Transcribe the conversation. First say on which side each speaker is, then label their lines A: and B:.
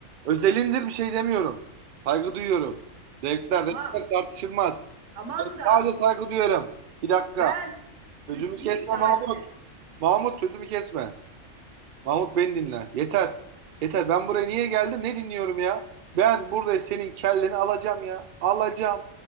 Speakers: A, on the right (about 70°); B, on the right (about 45°).
A: Özelindir bir şey demiyorum. Saygı duyuyorum. Zevkler,
B: Tamam,
A: renkler tartışılmaz.
B: tamam da
A: Sadece saygı duyuyorum. Bir dakika.
B: Ben
A: Sözümü
B: üç, bir
A: kesme
B: saniye.
A: Mahmut. Mahmut sözümü kesme. Mahmut beni dinle. Yeter. Yeter. Ben buraya niye geldim? Ne dinliyorum ya? Ben burada senin kelleni alacağım ya. Alacağım.